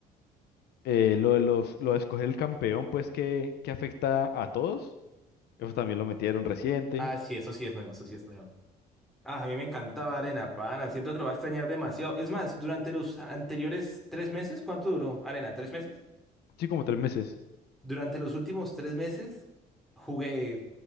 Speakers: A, on the left; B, in the centre.
A: Eh, lo de los, lo de escoger el campeón, pues que, que afecta a todos, eso también lo metieron reciente.
B: Ah, sí, eso sí es nuevo, eso sí es nuevo. Ah, a mí me encantaba Arena, pana, siento que lo va a extrañar demasiado. Es más, durante los anteriores tres meses, ¿cuánto duró Arena? ¿Tres meses?
A: Sí, como tres meses.
B: Durante los últimos tres meses jugué...